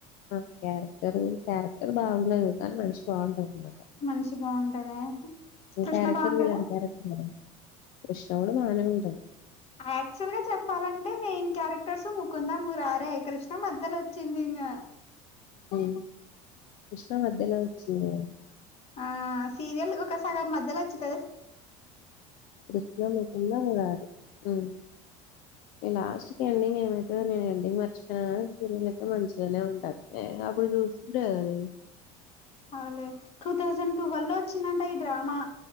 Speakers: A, on the left; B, on the left.
A: ఆ క్యారెక్టర్ క్యారెక్టర్ బాగుండదు కానీ మనిషి బాగుంటది అమాట
B: మనిషి బాగుంటదా కృష్ణ
A: క్యారెక్టర్
B: బాగుంటదా
A: మీలాంటి కారక్టర్ కృష్ణ కూడా బానే ఉంటది.
B: యాక్చువల్ గా చెప్పాలంటే మెయిన్ క్యారెక్టర్స్ ముకుంద మురారే కృష్ణ మధ్యలో వచ్చింది ఇంగ
A: మ్ కృష్ణ మధ్యలో వచ్చిందా
B: ఆ సీరియల్ ఒక సగం మధ్యలో వచ్చిటది
A: కృష్ణ ముకుంద మురారి ఉమ్ ఈ లాస్ట్ కి ఎండింగ్ ఏమైతుందో నేను ఎండింగ్ మర్చపోన సరియల్ అయితే మంచిగానే ఉంటాది. ఏ అప్పుడే చూసుంటాది అది
B: అవులే టూ థౌసండ్ టూ వల్లో వచ్చిందంటే ఈ డ్రామా